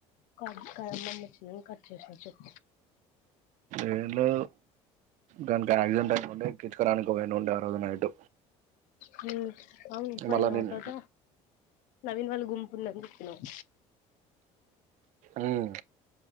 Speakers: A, on the left; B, on the right.
A: క <unintelligible> వచ్చింది అని కట్ చేసిన చెప్
B: ఏలో గానికి ఆక్సిడెంట్ అయి ఉంటే ఎక్కించుకరానిక్ పోగాేంట ఉండ ఆ రోజు నైట్
A: హు అవును పోయినావ
B: మళ్ళా నేను
A: తాత నవీన్ వాళ్ళు గుంపు ఉందని చెప్పనావ్
B: ఉమ్